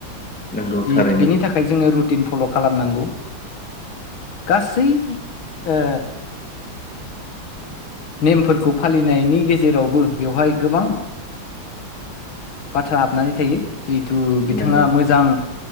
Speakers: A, in the centre; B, on the left.
A: नंगौ
B: जि
A: थारैनो
B: बेनि थाखाय जोङो रुटिन फल' खालामनांगौ। गासै ओ नेमफोरखौ फालिनायनि गेजेरावबो बेवहाय गोबां बाथ्रा हाबनानै थायो जिहेथु बिथाङा
A: नंगौ
B: मोजां